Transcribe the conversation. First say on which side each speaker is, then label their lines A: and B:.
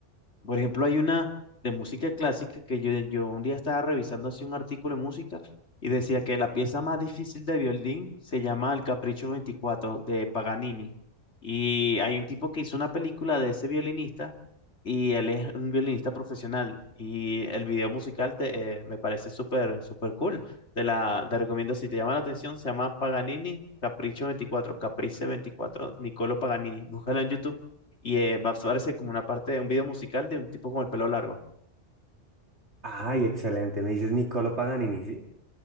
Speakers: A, on the left; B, on the right.
A: Por ejemplo, hay una de música clásica que yo, yo un día estaba revisando así un artículo de música y decía que la pieza más difícil de violín se llama El Capricho veinticuatro de Paganini. Y hay un tipo que hizo una película de ese violinista y él es un violinista profesional. Y el video musical te- eh, me parece súper, súper cool. Te la te recomiendo si te llama la atención, se llama Paganini Capricho veinticuatro Caprice 24 Niccolo Paganini. Búscalo en YouTube y eh, va a aparecer como una parte de un video musical de un tipo con el pelo largo.
B: Ay, excelente. Me dices Niccolo Paganini, ¿sí?